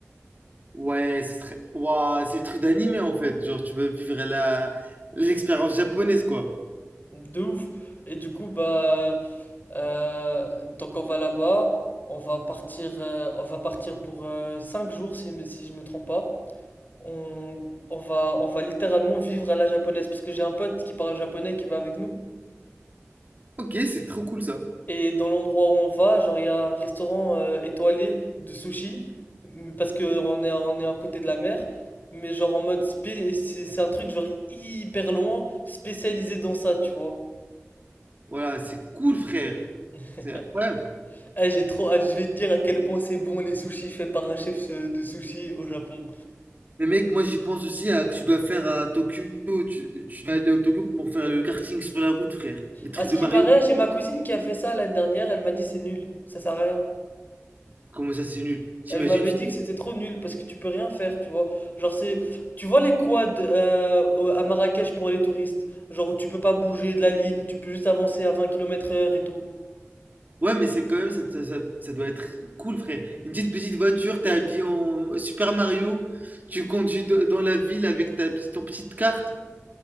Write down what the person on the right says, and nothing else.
Ouais, ce serait- Ouah, c'est le truc d'animé en fait. Genre, tu veux vivre la l'expérience japonaise quoi.
Ok, c'est trop cool ça.
Voilà, c'est cool frère.
C'est incroyable.
Mais mec, moi j'y pense aussi à que tu dois faire à Tokyo. Tu, tu dois aller au Tokyo pour faire le karting sur la route, frère. Les trucs
de
Mario.
Comment ça, c'est nul. T'imagines?
tu-
Ouais, mais c'est quand même ça, ça, ça- ça doit être cool, frère. Une petite petite voiture, t'es habillé en Super Mario. Tu conduis de- dans la ville avec ta petite ton petite carte.